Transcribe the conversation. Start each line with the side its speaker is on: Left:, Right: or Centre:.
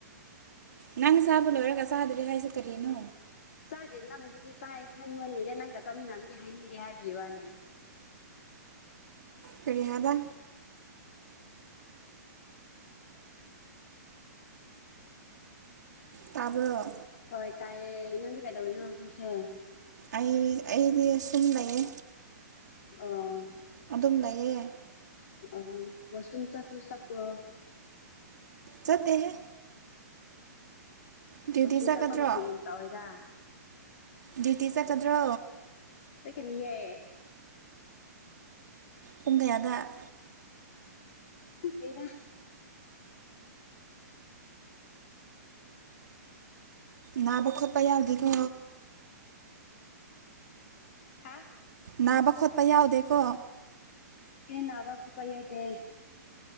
Right: ꯅꯪ ꯆꯥꯕ ꯂꯣꯏꯔꯒ ꯆꯥꯗ꯭ꯔꯤ ꯍꯥꯏꯁꯤ ꯀꯔꯤꯅꯣ
Left: ꯆꯥꯗꯦ ꯅꯃꯗꯨꯗꯤ ꯆꯥꯏ ꯈꯟꯕꯅꯤꯅꯦ ꯅꯪꯒ ꯆꯥꯃꯤꯟꯅꯕꯒꯤ ꯍꯥꯏꯅꯤꯡꯗꯦ ꯍꯥꯏꯕꯤꯕꯋꯅꯦ
Right: ꯀꯔꯤ ꯍꯥꯏꯕ ꯇꯥꯕꯔꯣ
Left: ꯍꯣꯏ ꯇꯥꯏꯌꯦ ꯅꯪꯗꯤ ꯀꯩꯗꯧꯔꯤꯅꯣ ꯍꯧꯖꯤꯛꯁꯦ
Right: ꯑꯩ ꯑꯩꯗꯤꯁꯨꯝ ꯂꯩꯌꯦ
Left: ꯑꯣ
Right: ꯑꯗꯨꯝ ꯂꯩꯌꯦ
Left: ꯑ ꯋꯥꯁꯔꯨꯝ ꯆꯥꯛꯁꯨ ꯆꯥꯛꯄ꯭ꯔꯣ
Right: ꯆꯠꯇꯦꯍꯦ ꯗ꯭ꯌꯨꯇꯤ
Left: ꯋꯥꯁ꯭ꯔꯨꯝ
Right: ꯆꯠꯀꯗ꯭ꯔꯣ
Left: ꯆꯥꯐꯝ ꯈꯣꯡ ꯇꯧꯏꯗ
Right: ꯗ꯭ꯌꯨꯇꯤ ꯆꯠꯀꯗ꯭ꯔꯣ
Left: ꯆꯠꯀꯅꯤꯌꯦ
Right: ꯄꯨꯡ ꯀꯌꯥꯗ
Left: ꯗꯦꯗ
Right: ꯅꯥꯕ ꯈꯣꯠꯄ ꯌꯥꯎꯗꯦꯀꯣ
Left: ꯍꯥ
Right: ꯅꯥꯕ ꯈꯣꯠꯄ ꯌꯥꯎꯗꯦꯀꯣ
Left: ꯑꯦ ꯅꯥꯕ ꯈꯣꯠꯄ ꯌꯥꯗꯦ